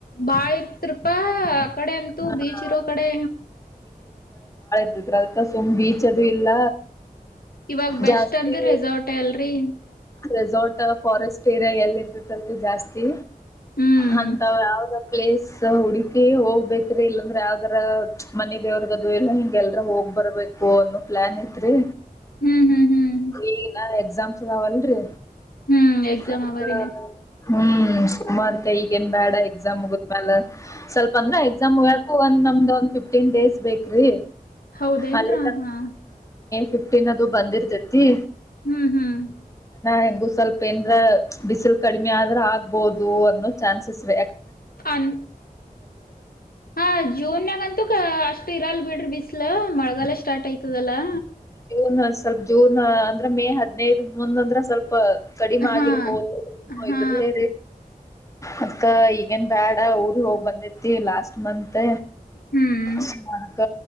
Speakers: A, on the left; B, on the left.
A: ಬಾಳ ಇರ್ತರಿಪಾ ಆ ಕಡೆ ಅಂತೂ
B: ಹಾ
A: ಬೀಚ್ ಇರೋ ಕಡೆ.
B: ಅ್ರ ಅದ ಸುಮ್ ಬೀಚ್ ಅದು ಇಲ್ಲ.
A: ಇವಾಗ ಬೆಸ್ಟ್
B: ಜಾಸ್ತಿ
A: ಅಂದ್ರ ರೆಸಾರ್ಟ ಅಲ್ರಿ.
B: ರೆಸಾರ್ಟ್ ಫಾರೆಸ್ಟ್ ಏರಿಯಾ ಎಲ್ಲಿ ಇರ್ತತಿಲ್ರಿ ಜಾಸ್ತಿ
A: ಹ್ಮ್
B: ಹಂತ ವದ ಪ್ಲೇಸ್ ಹುಡುಕಿ ಹೋಗ್ಬೇಕ್ರ ಇಲ್ಲಾಂದ್ರೆ ಯಾವ್ದರ ಮನೆ ದೇವ್ರಗದು ಎಲ್ಲ ಹಿಂಗೆ ಎಲ್ರ ಹೋಗ್ ಬರ್ಬೇಕು ಅನ್ನೋ ಪ್ಲಾನ್ ಐತ್ರಿ
A: ಹ್ಮ್ ಹ್ಮ್ ಹ್ಮ್
B: ಏನಾ ಎಗ್ಸಾಮ್ಸ್ ಕಾವಾಲಿ
A: ಹ್ಮ್ ಎಕ್ಸಾಮ್
B: ಅದ
A: ಅವರಿನ
B: ಹ್ಮ್ ಸುಮಾರ ಮತ್ತ ಈಗ ಏನ್ ಬೇಡ ಎಕ್ಸಾಮ್ ಮುಗಿದ್ಮೇಾಲ ಸ್ವಲ್ಪ ಅಂದ್ರ ಎಕ್ಸಾಮ್ಗಕು ಒಂದ್ ನಮ್ದು ಫಿಫ್ಟೀನ್ ಡೇಸ್ ಬೇಕ್ರಿ
A: ಹೌದೇನ್ರ
B: ಅಲ್ಲಿ
A: ಹಾ
B: ಫಿಫ್ಟೀನ್ ಅದು ಬಂದಿರ್ತೈತಿ
A: ಹ್ಮ್ ಹ್ಮ್
B: ಹೆಂಗು ಸ್ವಲ್ಪ ಏನ್ರ ಬಿಸಿಲು ಕಡಿಮೆ ಆದ್ರ ಆಗ್ಬಹುದು ಅನ್ನೋ ಚಾನ್ಸಸ್ ರ
A: ಅ ಹಾ ಜೂನ್ ನಗಂತು ಕಷ್ಟ ಇರಲ್ ಬಿಡ್ರಿ ಬಿಸ್ಲ ಮಳಗಾಲ ಸ್ಟಾರ್ಟ್ ಆಯತದಲ್ಲಾ
B: ಜೂನ್ ಸ್ವಲ್ಪ ಜೂನ್ ಅಂದ್ರೆ ಮೇ ಹದ್ನೈದು ಮುಂದ್ ಅಂದ್ರ ಸ್ವಲ್ಪ ಕಡಿಮೆ
A: ಹಾ
B: ಆಗಿರ್ಬೋದು
A: ಹಾ
B: ಇದ್ರಲೇ ರೀ ಅದಕ್ಕ ಈಗೇನ್ ಬ್ಯಾಡ ಊರ್ ಹೋಗ್ ಬಂದೈತಿ ಲಾಸ್ಟ್ ಮತ್
A: ಹ್ಮ್
B: ಸ ಅಕ